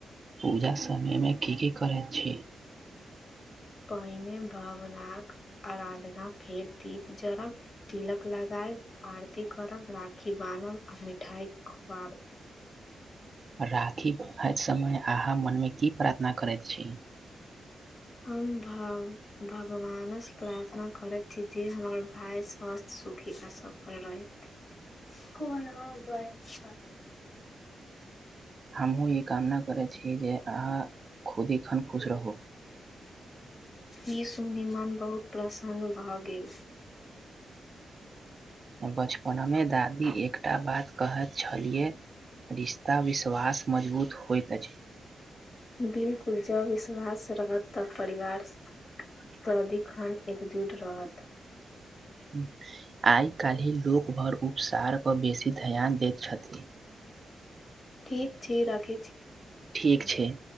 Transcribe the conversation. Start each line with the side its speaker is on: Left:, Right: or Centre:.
Right: पूजा समय मे की -की करै छी?
Left: पहिने भावनाक आराधना फेर दीप जरब तिलक लगायब आरती करब राखी बान्हब आ मिठाई खुआब।
Right: राखी बनहैत समय आहाँ मनमे की प्रार्थना करैत छी?
Left: हम भाव भगवानस प्रार्थना करैत छी जे हमर भाय स्वस्थ सुखी आ सफल रहथि। कोन <unintelligible>
Right: हमहुं ई कामना करै छी जे आहाँ खुद इ खन खुश रहू।
Left: इ सुनी मन बहुत प्रसन्न भऽ गेल।
Right: बचपन मे दादी एकटा बात कहैत छलियै। रिश्ता विश्वास मजबूत होइत अछि।
Left: बिल्कुल जऽ विश्वास रहत तब परिवार सदीखन एकजुट रहत।
Right: ह आय काल्हि लोक भर उपसार पर बेसी ध्यान दैत छथिन।
Left: ठीक छैय राखै छी।
Right: ठीक छैय।